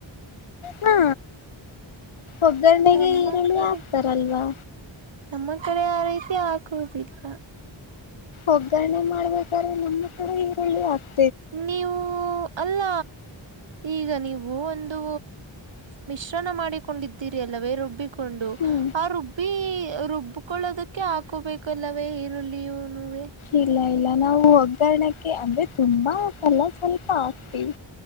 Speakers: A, on the left; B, on the right.
A: ಹಾ ಒಗ್ಗರಣೆಗೆ
B: ನಮ್ಮ
A: ಈರುಳ್ಳಿ
B: ಕಡೆ
A: ಆಗ್ತಾರಲ್ವಾ
B: ನಮ್ಮ ಕಡೆ ಆ ರೀತಿ ಹಾಕುವುದಿಲ್ಲ
A: ಒಗ್ಗರಣೆ ಮಾಡ್ಬೇಕಾದ್ರೆ ನಮ್ಮ ಕೂಡೆ ಈರುಳ್ಳಿ ಆಗ್ತ
B: ನೀವು ಅಲ್ಲ ಈಗ ನೀವು ವು ಒಂದು ಮಿಶ್ರಣ ಮಾಡಿಕೊಂಡಿದ್ದೀರಿ ಅಲ್ಲವೇ ರುಬ್ಬಿಕೊಂಡು
A: ಹ್ಞೂ
B: ಆ ರುಬ್ಬ ಬೀ ರುಬ್ಕೊಳ್ಳೋದಕ್ಕೆ ಹಾಕೋಬೇಕಲ್ಲವೇ ಈರುಳ್ಳಿಯು ನೇ
A: ಇಲ್ಲ ಇಲ್ಲ ನಾವು ಒಗ್ಗಣಕ್ಕೆ ಅಂದ್ರೆ ತುಂಬಾ ಲ ಸ್ವಲ್ಪ ಆಗ್ತಿವಿ